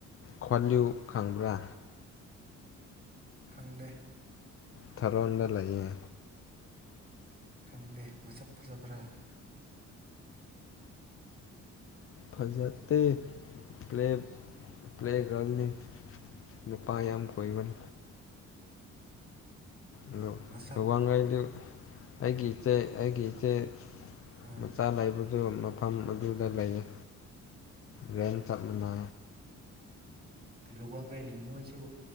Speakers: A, on the left (about 45°); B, on the right (about 30°).
A: ꯈ꯭ꯋꯥꯂꯤꯌꯨ ꯈꯪꯕ꯭ꯔꯥ
B: ꯈꯪꯗꯦ
A: ꯊꯥꯔꯣꯟꯗ ꯂꯩꯌꯦ
B: ꯈꯪꯗꯦ ꯃꯁꯛ ꯐꯖꯕ꯭ꯔꯥ
A: ꯐꯖꯠꯇ ꯄ꯭ꯂꯦ ꯄ꯭ꯂꯦ ꯀꯅꯤ ꯅꯨꯄꯥ ꯌꯥꯝ ꯀꯣꯏꯕꯟ ꯑꯗꯨ
B: ꯃꯁꯛ
A: ꯋꯥꯡꯈꯩꯗꯤ ꯑꯩꯒꯤ ꯏꯆꯦ ꯑꯩꯒꯤ ꯏꯆꯦ
B: ꯑꯥ
A: ꯃꯆꯥ ꯂꯩꯕꯁꯨ ꯃꯐꯝ ꯑꯗꯨꯗ ꯂꯩꯔ ꯔꯒꯦꯟ ꯆꯞꯃꯤꯅ
B: ꯂꯨꯒꯪ ꯂꯩꯂꯤ ꯃꯣꯏꯁꯨ